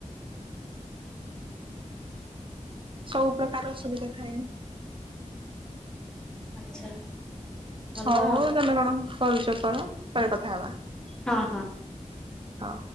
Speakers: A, on the right; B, in the centre.
A: ସବୁ ପ୍ରକାର ଅସୁବିଧା ଥାଏ।
B: ଆଚ୍ଛା। ଭଲ
A: ହଉ
B: ଆଉ
A: ତମେ କଣ କରୁଚ କର ପରେ କଥା ହବା।
B: ହଁ ହଁ।
A: ହଁ।